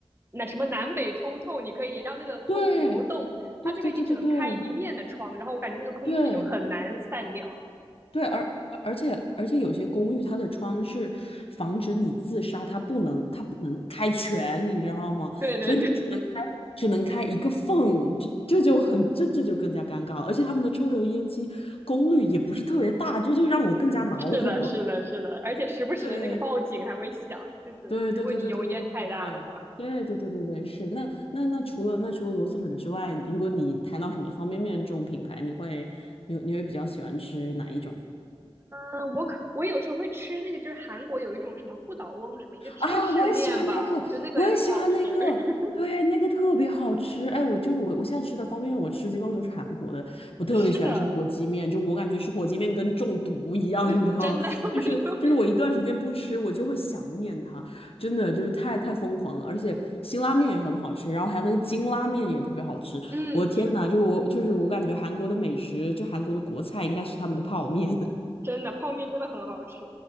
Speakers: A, on the right; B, on the left.
A: 那什么南北通透，你可以让那个风流动。
B: 对对对对对对
A: 它这边你只能开一面的窗，然后我感觉那个空气就很难散掉。
B: 对。对，而而且而且有些公寓它的窗是防止你自杀，它不能它不能开全，你知道吗？
A: 对对对，
B: 所以你就只能开只能开一个缝，这这就很这这就更加尴尬了。而且他们的抽油烟机功率也不是特别大，这就让我更加恼火。
A: <laughs> 是的，是的，是的，而且时不时那个报警还会响，
B: <laughs>
A: 就是如果你油烟太大的话。
B: 对对对对对对对对对对。对对对对对，是那那那除了那除了螺蛳粉之外，如果你谈到什么方便面这种品牌，你会你你会比较喜欢吃哪一种？
A: 嗯，我可我有时候会吃那个，就是韩国有一种什么不倒翁，什么一个芝士面吧，
B: 啊，我也喜欢那个，
A: 我觉得那个也很好吃。
B: 我也喜欢那个，
A: <laughs>
B: 对，那个特别好吃。哎，我就是我，我现在吃的方便面，我吃的基本上都是韩国的。我特别喜欢吃火鸡面，
A: 是的，
B: 就我感觉吃火鸡面跟中毒一样，
A: 不是真的，
B: 你知道吗？
A: <laughs> 我有
B: 就是就是我一段时间不吃，我就会想念它，真的就是太太疯狂了。而且辛拉面也很好吃，然后还有那个金拉面也特别好吃。
A: 嗯，
B: 我天呐，
A: 是的，
B: 就是我就是我感觉韩国的美食，就韩国的国菜应该是他们的泡面。
A: 真的，泡面真的很好吃，